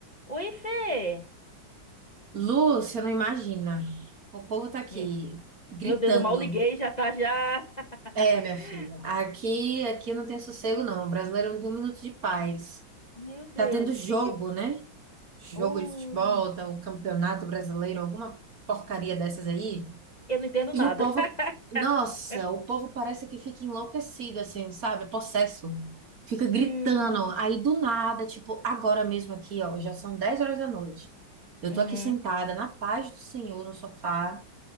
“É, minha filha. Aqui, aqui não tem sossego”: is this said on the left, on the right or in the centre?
Right